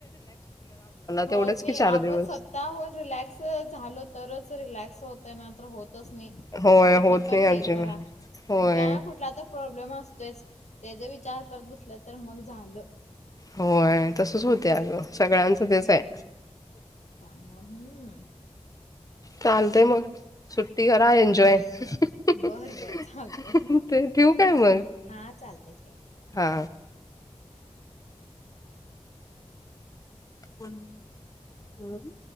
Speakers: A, on the left; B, on the left.
A: होत
B: तेवढंच
A: नाही
B: की चार
A: आपण
B: दिवस
A: स्वतहन रिलॅक्स झालो तरच रिलॅक्स होतय ना तर होतच नाही
B: होय
A: किती
B: होत
A: पण
B: नाही
A: हे
B: अजिबात
A: करा
B: होय
A: कुठला ना कुठला त प्रॉब्लेम असतोच त्याचा विचार करत बसल तर मग झालं.
B: होय तसच होत आग सगळ्यांचं तेच आहे.
A: त्याम हम्म.
B: चालते मग सुट्टी करा
A: हा
B: एन्जॉय
A: बर
B: ते
A: बर चालते
B: ठेव काय
A: हा
B: मग
A: हा चालते ठेवा.
B: हा. हम्म.